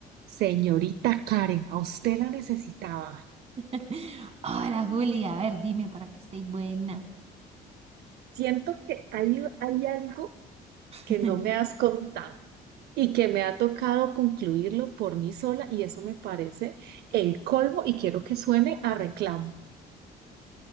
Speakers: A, on the right; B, on the right.
A: Señorita Karen, a usted la necesitaba.
B: <laughs> Hola Julia, a ver, dime para que esté buena.
A: Siento que hay, hay algo
B: <laughs>
A: que no me has contado y que me ha tocado concluirlo por mí sola y eso me parece el colmo y quiero que suene a reclamo.